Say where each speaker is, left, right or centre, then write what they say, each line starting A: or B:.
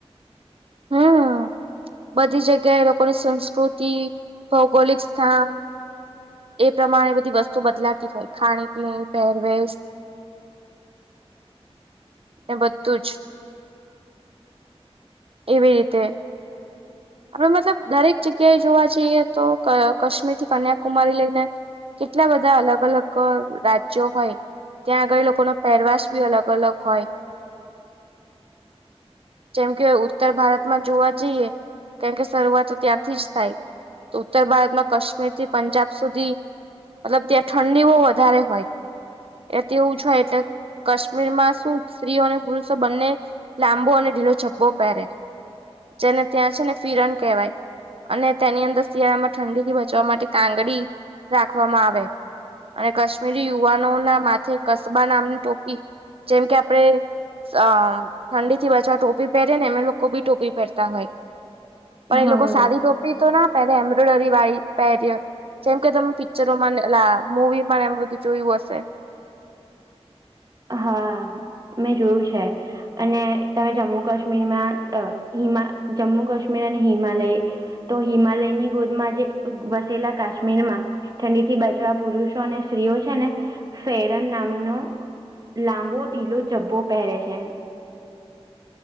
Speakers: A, on the right; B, on the right.
A: હા બધી જગ્યાએ એ લોકોની સંસ્કૃતિ ભૌગોલિક સ્થાન એ પ્રમાણે બધી વસ્તુ બદલાતી હોય ખાણી પીણી પહેરવેશ એ બધું જ એવી રીતે અવે મતલબ દરેક જગ્યાએ જોવા જઈએ તો કાશ્મીર થી કન્યાકુમારી લઈને કેટલા બધા અલગ અલગ રાજ્યો હોય ત્યાં આગળ લોકો નો પેરવાસ બી અલગ અલગ હોય. જેમ કે ઉત્તર ભારતમાં જોવા જઈએ કેમકે શરૂઆત ત્યાંથી જ થાય. તો ઉત્તર ભારત માં કાશ્મીર થી પંજાબ સુધી મતલબ ત્યાં ઠંડી બો વધારે હોય. એ તેવું હોય એટલે કાશ્મીર માં શું સ્ત્રીઓ અને પુરુષો બંને લાંબો અને ઢીલો જબ્બો પહેરે જેને ત્યાં છે ને ફિરણ કહેવાય. અને તેની અંદર શિયાળામાં ઠંડી થી બચવા માટે કાંગડી રાખવામાં આવે. અને કાશ્મીરી યુવાનો ના માથે કસ્બા નામની ટોપી જેમ કે આપડે અ ઠંડી થી બચવા ટોપી પહેરે ને એમે લોકો બી ટોપી પહેરતા હોય પણ
B: હા
A: એ લોકો સારી ટોપી તો ના પહેરે એમ્બ્રોઇડરી વાળી પહરે જેમ કે તમે પિક્ચરોમાં એલા મૂવી માં એમ બધું જોયું હશે.
B: હા મેં જોયું છે. અને તમે જમ્મુ કાશ્મીરમાં હિમા જમ્મુ કાશ્મીર અને હિમાલય તો હિમાલયની ગોદમાં જે વસેલા કાશ્મીરમાં ઠંડી થી બચવા પુરુષો અને સ્ત્રીઓ છે ને ફેરન નામનો લાંબો ઢીલો જબ્ભો પહેરે છે.